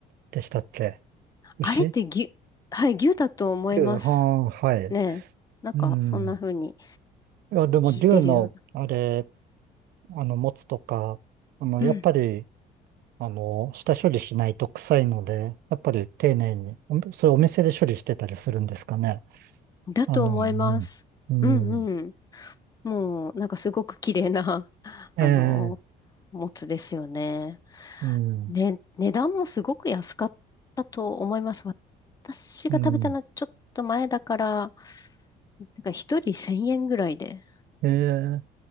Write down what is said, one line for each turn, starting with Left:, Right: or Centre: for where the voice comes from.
Right: でしたっけ牛
Left: あれって牛、はい、牛だと思います
Right: 牛、はあ、はい。
Left: ね。なんか、
Right: うん。
Left: そんな風に
Right: いや、でも牛の、
Left: 聞いてるような。
Right: あれ、あの、持つとか、あの、
Left: うん。
Right: やっぱり、あの、下処理しないと臭いので、やっぱり丁寧に、おそれお店で処理してたりするんですかね。
Left: だと思います。
Right: あの、うん、
Left: うんうん。
Right: うん、
Left: もう、なんかすごく綺麗な、<laughs>
Right: ええ、
Left: あの、もつですよね。
Right: うん、
Left: ね、値段もすごく安かったと思います。私が食べたのはちょっと前だから、
Right: うん、
Left: なんか一人1000円ぐらいで、
Right: ええ、